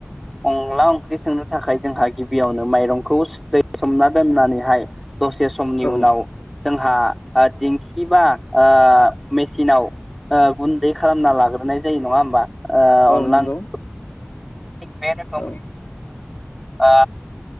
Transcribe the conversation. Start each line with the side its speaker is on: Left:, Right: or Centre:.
Centre: अनला ओंख्रि संनो थाखाय जोंहा गिबियावनो माइरंखौ दै सोमना दोननानैहाय दसे समनि
Left: औ
Centre: उनाव जोंहा ओ दिंखि बा ओ मेसिनाव ओ गुन्दै खालामना लाग्रोनाय जायो नङा होमबा? ओ
Left: औ
Centre: अनला
Left: नंगौ
Centre: ओंख्रिखौ <unintelligible>
Left: औ
Centre: ओ